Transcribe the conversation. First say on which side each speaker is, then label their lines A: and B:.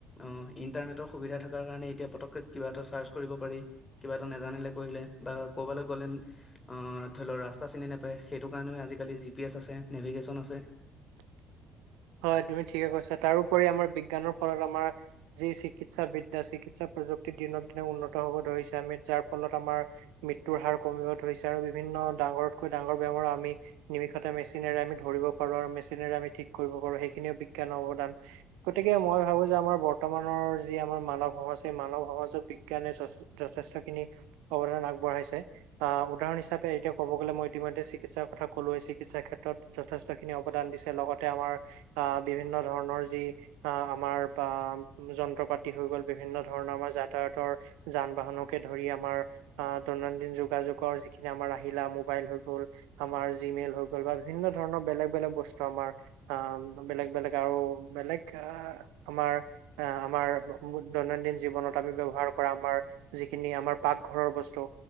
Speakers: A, on the left; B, on the right.
A: অ' ইণ্টাৰনেটৰ সুবিধা থকাৰ কাৰণে এতিয়া পতকে কিবা এটা চাৰ্চ কৰিব পাৰি কিবা এটা নেজানিলে কৰিলে বা ক'বালৈ গ'লে আ ধৰি লও ৰাস্তা চিনি নোপায় সেইটো কাৰণে আজিকালি জি পি এছ আছে নেভিগেশ্যন আছে।
B: <inaudible> হয় তুমি ঠিকে কৈছা, তাৰউপৰি আমাৰ বিজ্ঞানৰ ফলত আমাৰ যি চিকিৎসা বিদ্যা চিকিৎসা প্ৰযুক্তি দিনক দিনে উন্নত হ'ব ধৰিছে আমি যাৰ ফলত আমাৰ মৃত্্যুৰ হাৰ কমিব ধৰিছে আৰু বিভিন্ন ডাঙৰৰতকৈ ডাঙৰ বেমাৰো আমি নিমিষতে মেচিনেৰে আমি ধৰি পাৰো আৰু মেচিনেৰে আমি ঠিক কৰিব পাৰো সেইখিনিও বিজ্ঞানৰ অৱদান গতিকে মই ভাবো যে আমাৰ বৰ্তমানৰ যি আমাৰ মানৱ সম মানৱ সমাজত বিজ্ঞানে যথেষ্ট খিনি অৱদান আগবঢ়াইছে আহ উদাহৰণ হিচাপে হিাপ এতিয়া ক'ব গ ম ইতিমধ্য চিকিৎসাৰ কলোৱেই চিকিৎাৰ ক্ষেত্ৰত যথেষ্ট খিনি অৱদান দিছে লগতে আমাৰ আহ বিভিন্ন ধৰণৰ যি আহ আমাৰ বা যন্ত্ৰ পাতি হৈ গল বিভিন্ন ধৰণৰ আমাৰ যাতায়তৰ যান বাহনকে ধৰি তোমাৰ আ দৈনন্দিন যোগাযোগৰ যিখিনি আমাৰ আহিলা মবাইল হয় গল জিমেইল হয় গল। বা বিভিন্ন ধৰণৰ বেলেগ বেলেগ বস্তু আমাৰ আ বেলেগ বেলেগ আৰু বেলেগ আমাৰ আহ আমাৰ দৈনন্দিন দৈনন্দিন জীৱনত আমি ব্ৱহাৰ কৰা আমাৰ, যিখিনি আমাৰ পাকঘৰৰ বস্তু